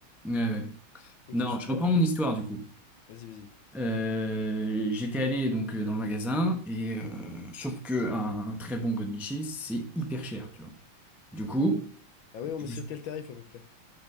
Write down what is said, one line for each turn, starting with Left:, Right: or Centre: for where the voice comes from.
Centre: Ouais, ouais.
Left: Ok,
Centre: Non,
Left: super.
Centre: je reprends mon histoire du coup.
Left: Vas-y, vas-y.
Centre: Euh, j'étais allé donc euh, dans le magasin et euh, sauf que un, un très bon godemiché c'est hyper cher, tu vois. Du coup,
Left: Ah ouais, on
Centre: je
Left: est
Centre: me
Left: sur
Centre: suis-
Left: quel tarif à peu près?